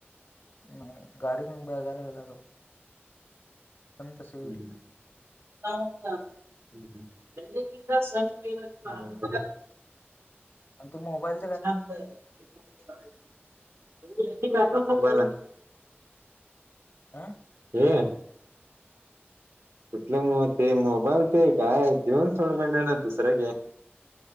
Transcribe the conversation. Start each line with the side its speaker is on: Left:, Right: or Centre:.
Left: नाही गाडी घेऊन बेळगावला गेला तो. पण तसं येईल
Right: हम्म! खाऊन जा <unintelligible>
Left: आणि ते मोबाईल
Right: <unintelligible>
Left: आं
Right: हॅलो. तुथलं मग ते मोबाईल ते काय देऊन थोडं बंड ना दुसरं घ्या